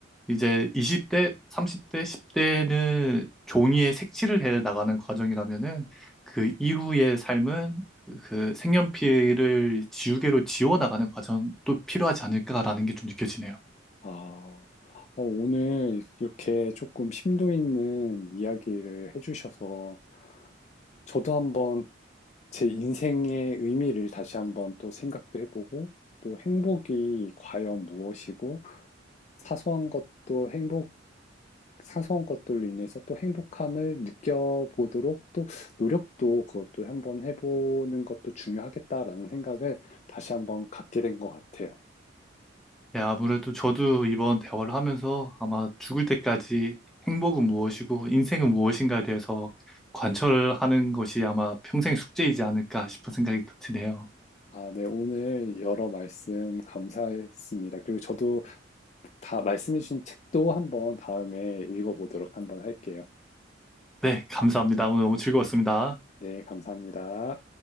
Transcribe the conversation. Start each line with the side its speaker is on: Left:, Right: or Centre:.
Centre: 이제 20대, 30대, 10대는 종이에 색칠을 해 나가는 과정이라면은 그 이후의 삶은 그 색연필을 지우개로 지워 나가는 과정도 필요하지 않을까라는 게 좀 느껴지네요.
Left: 아, 어, 오늘 이렇게 조금 심도 있는 이야기를 해주셔서 저도 한번 제 인생의 의미를 다시 한번 또 생각도 해보고, 또 행복이 과연 무엇이고, 사소한 것도 행복, 사소한 것들로 인해서 또 행복함을 느껴보도록 또 노력도 그것도 한번 해보는 것도 중요하겠다라는 생각을 다시 한번 갖게 된 것 같아요.
Centre: 네, 아무래도 저도 이번 대화를 하면서 아마 죽을 때까지 행복은 무엇이고 인생은 무엇인가에 대해서 관철하는 것이 아마 평생 숙제이지 않을까 싶은 생각이 드네요.
Left: 아, 네. 오늘 여러 말씀 감사했습니다. 그리고 저도 다 말씀해주신 책도 한번 다음에 읽어보도록 한번 할게요.
Centre: 네, 감사합니다. 오늘 너무 즐거웠습니다.
Left: 네, 감사합니다.